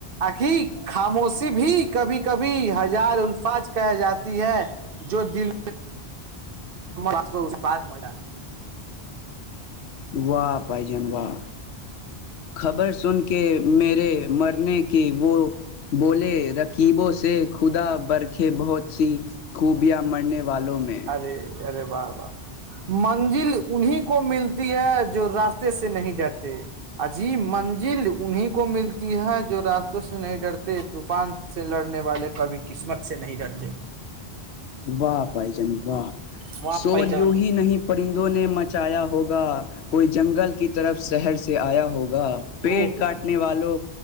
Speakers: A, on the right; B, on the left.
A: آکی خاموشی بھی کبھی کبھی ہزار الفاج کہ جاتی ہے جو دل آ کو بات متی
B: واہ پائ جان واہ خبر سن کے میرے مرنے کی وہ بولے رکیبوں سے خدا برکھے بہت سی خوبیاں مرنے والوں میں
A: ارے ارے و واہ منزل انیں کو ملتی ہے جو راستے سے نہیں ڈرتے عجیب منزل انہیں کو ملتی ہے جو راستوں سے نہیں ڈرتے طوفان سے لڑنے والے کبھی قسمت سے نہیں ڈتے
B: و پائ جن و
A: وہاں
B: سور
A: پائی جان
B: و ہی نہیں پرندوں نے مچایا ہوگا کوئی جنگل کی طرف شہر سے آیا ہوگا
A: او
B: پیڑ
A: ہو
B: کاٹنے
A: ہو
B: والوں